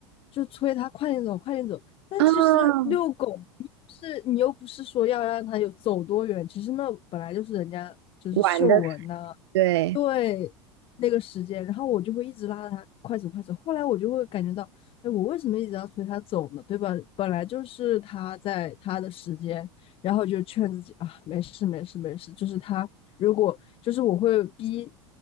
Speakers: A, on the left; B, on the right.
A: 就催它快点走，快点走。但其实遛狗是你又不是说要让它有走多远，
B: 嗯
A: 其实那本来就是人家就是嗅闻呐、
B: 晚的。对，
A: 对，那个时间，然后我就会一直拉着他快走快走。后来我就会感觉到，哎，我为什么一直要催他走呢？对吧？本来就是他在他的时间，然后就劝自己啊，没事没事没事。就是他如果就是我会逼，